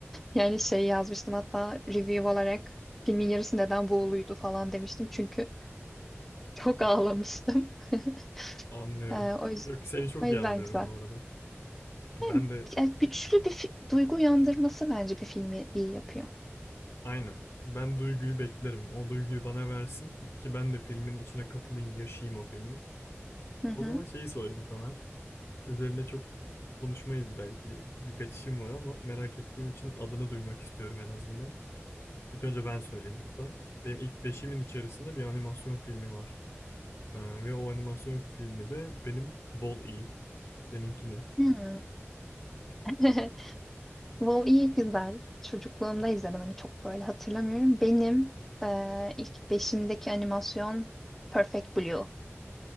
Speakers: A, in the centre; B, on the left.
A: yani şey yazmıştım hatta review olarak filmin yarısı neden buğuluydu falan demiştim. Çünkü çok ağlamıştım. <laughs>
B: anlıyorum.
A: Ee, o yüzden,
B: Yok seni çok
A: o yüzden
B: iyi anlıyorum
A: güzel.
B: bu arada. Ya Ben
A: Yani,
B: de
A: yani güçlü bir fi- duygu uyandırması bence bir filmi iyi yapıyor.
B: aynen. Ben duyguyu beklerim. O duyguyu bana versin ki ben de filmin içine kapılayım, yaşayayım o filmi.
A: Hı hı.
B: O zaman şeyi sorayım sana. Üzerine çok konuşmayız belki. Birkaç işim var ama merak ettiğim için adını duymak istiyorum en azından. İlk önce ben söyleyeyim hatta. Benim ilk beşimin içerisinde bir animasyon filmi var. Ee, ve o animasyon filmi de benim Wall-E. Seninki ne?
A: Hı. <laughs> WoW iyi güzel. Çocukluğumda izledim. Hani çok böyle hatırlamıyorum. Benim eee, ilk beşimdeki animasyon Perfect Blue.